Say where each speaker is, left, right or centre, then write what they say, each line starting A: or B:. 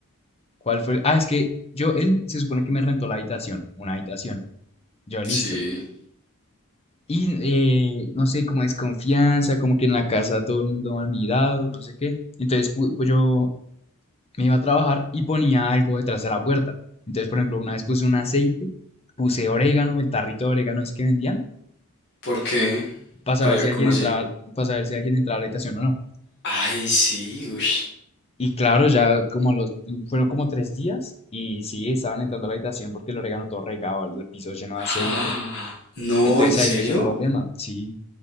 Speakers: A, on the left; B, on the left.
A: cuál fue? Ah, es que yo, él se supone que me rentó la habitación, una habitación. Yo, listo.
B: sí.
A: Y eh, no sé, como desconfianza, como que en la casa todo el mundo mal mirado, no sé qué. Entonces, pu- pues yo me iba a trabajar y ponía algo detrás de la puerta. Entonces, por ejemplo, una vez puse un aceite, puse orégano, el tarrito de orégano ese que vendían
B: ¿Por qué?
A: para saber
B: ¿Para
A: si
B: cómo
A: alguien entraba,
B: así?
A: para saber si alguien entraba a la habitación o no.
B: Ay, sí, uy.
A: Y claro, ya como los, fueron como tres días y sí, estaban entrando a la habitación porque el orégano todo regado, el piso lleno de aceite.
B: Ah, no,
A: Entonces
B: ¿en serio?
A: ahí empezó el problema, sí.